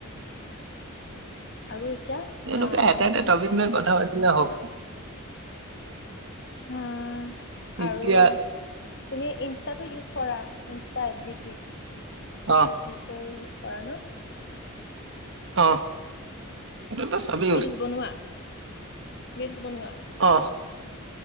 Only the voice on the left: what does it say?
আৰু এতিয়া
অ
অ
হা
আৰু তুমি ইনষ্টাটো ইউজ কৰা ইনষ্টা এফ বি থ্ৰি
টুইটাৰ ইউজ কৰা ন
ৰিলৰ্চ বনোৱা ৰিলৰ্চ বনোৱা